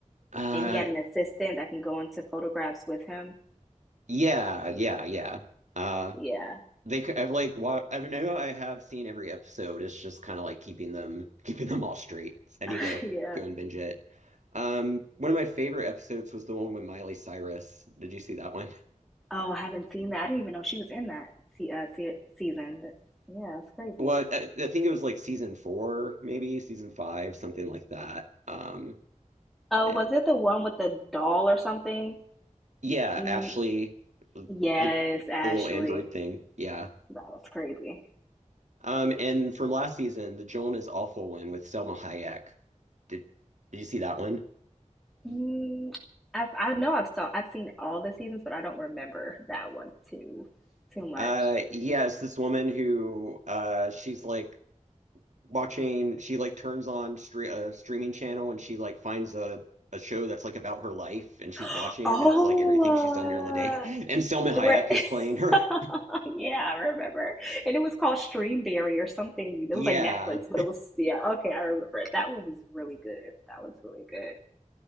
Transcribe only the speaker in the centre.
And he had an assistant that can go into photographs with him.
Yeah,
<laughs>
yeah.
Oh, I haven't seen that. I didn't even know she was in that se- uh, se- season. But yeah, that's crazy.
Oh,
was it the one with the doll or something?
Mm,
yes,
Ashley.
That was crazy.
Mm, I've, I know I've saw I've seen all the seasons, but I don't remember that one too too much.
<gasps>
Oh,
uh, Where,
<laughs>
yeah, I remember. And it was called Streamberry or something. It
was like Netflix, but it was, yeah, okay, I remember it. That one was really good. That was really good.